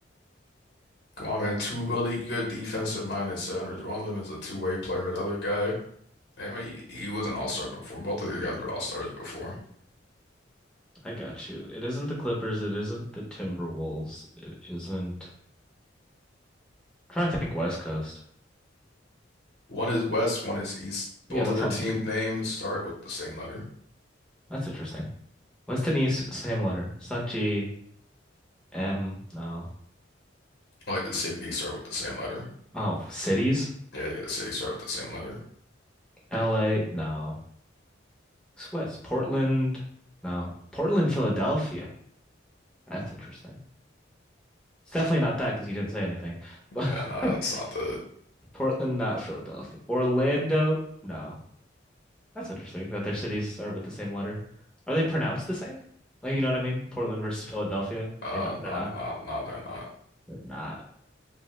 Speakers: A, on the left; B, in the centre.
A: Come on, man. Two really good defensive minded centers. One of them is a two-way player. The other guy. I mean, he, he was an all-star before. Both of these guys were all-stars before.
B: I got you. It isn't the Clippers. It isn't the Timberwolves. It isn't. I'm trying to think West Coast.
A: One is West, one is East.
B: Yeah,
A: Both
B: that's
A: of their
B: something.
A: team names start with the same letter.
B: That's interesting. West and East, same letter. It's not G, M, no.
A: Like the city start with the same letter.
B: Oh, cities?
A: Yeah, yeah, the city start with the same letter.
B: LA? No. It's West. Portland? No. Portland, Philadelphia. That's interesting. It's definitely not that because you didn't say anything.
A: Yeah,
B: <laughs>
A: nah, that's not the
B: But Portland, not Philadelphia. Orlando? No. That's interesting that their cities start with the same letter. Are they pronounced the same? Like, you know what I mean? Portland versus Philadelphia.
A: uh
B: They not,
A: not
B: they're not.
A: not not they're not.
B: They're not.